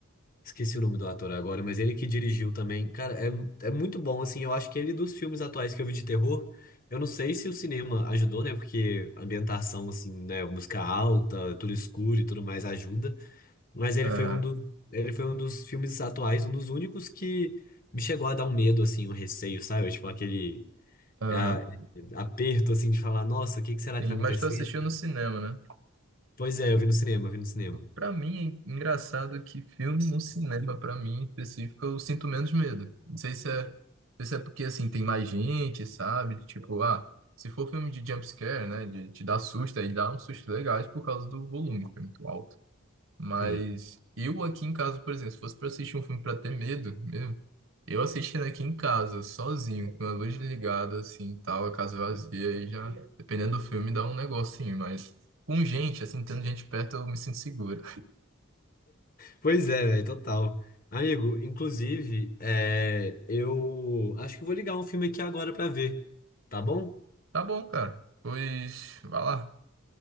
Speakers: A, on the left; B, on the right.
A: Esqueci o nome do ator agora, mas ele que dirigiu também. Cara, é, é muito bom, assim. Eu acho que ele, dos filmes atuais que eu vi de terror, eu não sei se o cinema ajudou, né? Porque a ambientação, assim, né? Música alta, tudo escuro e tudo mais ajuda. Mas ele
B: Aham,
A: foi um do, ele foi um dos filmes atuais, um dos únicos que me chegou a dar um medo, assim, um receio, sabe? Tipo, aquele
B: aham.
A: é a- é aperto, assim, de falar: nossa, o que que será
B: Sim,
A: que tá acontecendo?
B: mas tu assistiu no cinema, né?
A: Pois é, eu vi no cinema, eu vi no cinema.
B: Pra mim, é engraçado que filme no cinema, pra mim em específico, eu sinto menos medo. Não sei se é, não sei se é porque, assim, tem mais gente, sabe? Tipo, ah, se for filme de jumpscare, né? De te dar susto, aí dá uns sustos legais por causa do volume, que é muito alto. Mas
A: sim
B: eu aqui em casa, por exemplo, se fosse pra assistir um filme pra ter medo mesmo, eu assistindo aqui em casa, sozinho, com a luz ligada, assim, tal, a casa vazia, aí já, dependendo do filme, dá um negocinho, mas com gente, assim, tendo gente perto, eu me sinto seguro.
A: Pois é, velho, total. Amigo, inclusive, é, eu acho que vou ligar um filme aqui agora pra ver, tá bom?
B: Tá bom, cara. Pois, vai lá.